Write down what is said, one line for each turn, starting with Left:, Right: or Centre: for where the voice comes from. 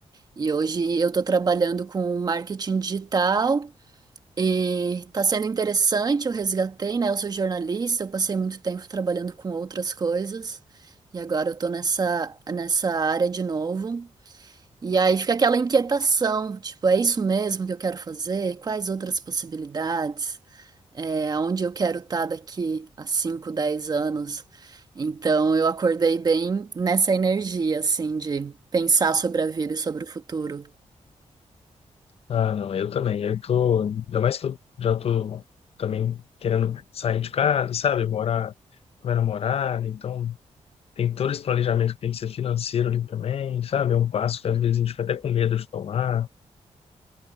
Right: E hoje eu estou trabalhando com marketing digital e está sendo interessante. Eu resgatei, né? Eu sou jornalista, eu passei muito tempo trabalhando com outras coisas e agora eu estou nessa, nessa área de novo. E aí fica aquela inquietação, tipo, é isso mesmo que eu quero fazer? Quais outras possibilidades? É, aonde eu quero estar daqui a cinco dez anos? Então eu acordei bem nessa energia, assim, de pensar sobre a vida e sobre o futuro.
Left: Ah, não, eu também. Eu tô, ainda mais que eu já tô também querendo sair de casa, sabe? Morar com minha namorada, então tem todo esse planejamento que tem que ser financeiro ali também, sabe? É um passo que às vezes a gente fica até com medo de tomar,